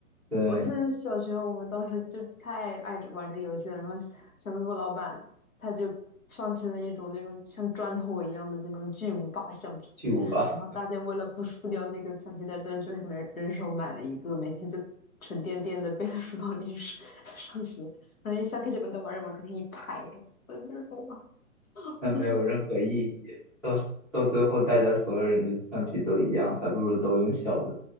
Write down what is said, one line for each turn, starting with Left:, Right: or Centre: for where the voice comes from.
Centre: 对，
Left: 我记得小学我们当时就太爱这玩这游戏了，然后小小卖部老板他就上新了一种那种像砖头一样的那种巨无霸橡皮，
Centre: 巨无霸，
Left: 然后大家为了不输掉那个橡皮擦砖，就人人手买了一个，每天就沉甸甸的背在书包里去上 <laughs> 上学，然后一下课就把那玩意往桌上一拍，我就说，
Centre: 但没有任何意义，
Left: <laughs>
Centre: 到到最后大家所有人的橡皮都一样，还不如都用小的，